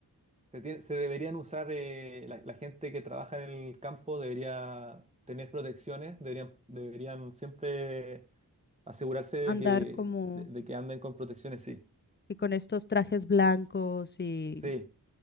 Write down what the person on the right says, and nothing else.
se, tie- se deberían usar, eh, la, la gente que trabaja en el campo debería tener protecciones, deberían, deberían siempre asegurarse de
que,
de, de que anden con protecciones, sí.
Sí,